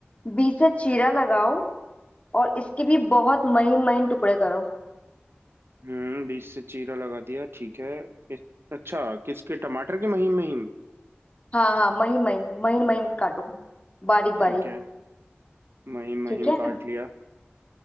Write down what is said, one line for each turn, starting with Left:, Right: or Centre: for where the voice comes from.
Left: बीच से चीरा लगाओ और इसके भी बहुत महीन महीन टुकड़े करो
Right: हम्म बीच से चीरा लगा दिया ठीक है इस, अच्छा किसके टमाटर के महीम महीम
Left: हाँ हाँ महीन महीन महीन महीन काटो बारीक बारीक
Right: ठीक है महीम महीम
Left: ठीक है
Right: काट लिया